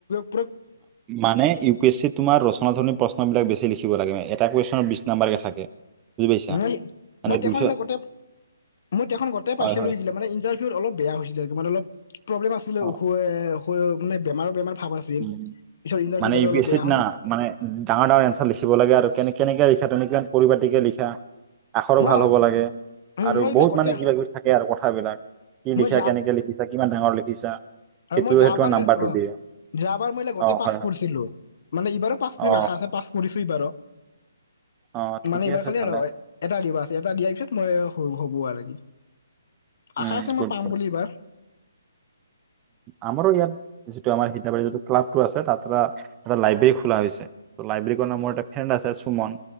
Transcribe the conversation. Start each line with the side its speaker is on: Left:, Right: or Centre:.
Left: য।
Right: মানে ইউ পি এছ চি তোমাৰ ৰ। সনাধন প্ৰশ্নিলাক বেছি লিখিব লাগে এ কুৱেশ্যনৰ বিছ নামবাৰ কে থাকে। বুজি পাইছা?
Left: মই
Right: মানে
Left: মই দেখ
Right: দুইশ
Left: গোটেই। মই তেখন গোটই
Right: হয়,
Left: পাইছিলো
Right: হয়,
Left: শিকিলা মানে ইন্টাৰভিউত অলপ বেয়া হৈছিলে মানে অলপ প্ৰব্লেম আছিলে
Right: অ',
Left: উখ। মানে বেমাৰো বেমাৰ। ভাৱ আছিল
Right: উ
Left: পিছত ইণ্টাৰভিউ
Right: মানে
Left: দাটো
Right: ইউ পি
Left: অলপ
Right: এছ
Left: বেয়া
Right: চিত
Left: হ'ল
Right: না মানে ডাঙৰ ডাঙৰ এনঞ্চাৰ লিখিব লাগে আৰু কেনে কেনেকে। শিক্ষটোনিকমান পৰিপাটিকে লিখা আখৰো
Left: ন
Right: ভাল হ'ব লাগে।
Left: উম
Right: আৰু
Left: মই এইগিলা
Right: বহুত
Left: গোটেই
Right: মানে কিবা কিবি থাকে আৰু কথাবিলাক কি
Left: মই
Right: লিখা কেনেকে লিখিছা কিমান ডাঙৰ লিখিছা।
Left: আৰু
Right: সেইটো
Left: মই যাবাৰ
Right: সেইটোৰ নাম্বাৰটো
Left: অ।
Right: দিয়ে
Left: যাবাৰ মই আগতে
Right: অ
Left: পাছ
Right: হয় হয়
Left: কৰিছিলো মানে এইবাৰো পাছ কৰিম
Right: অ
Left: আাখা আছে পাছ কৰিছো এইবাৰো।
Right: অ ঠিকে
Left: মানে এইবাৰ
Right: আছে
Left: খালি
Right: ভালে
Left: আৰু হয়। দিবা এটা দিয়াৰ পিছত মই হ'ব আৰু কি। আশা
Right: উম
Left: আছে মই
Right: ক উম
Left: পাম বুলি এইবাৰ
Right: আমাৰ ইয়াত যিটো আমাৰ সিধাবাৰী যিটো ক্লাবটো আছে তাত এটা এটা লাইব্ৰেৰী খোলা হৈছে লাইব্ৰেৰী কাৰ নামৰ এটা ফ্ৰেণ্ড আছে সুমন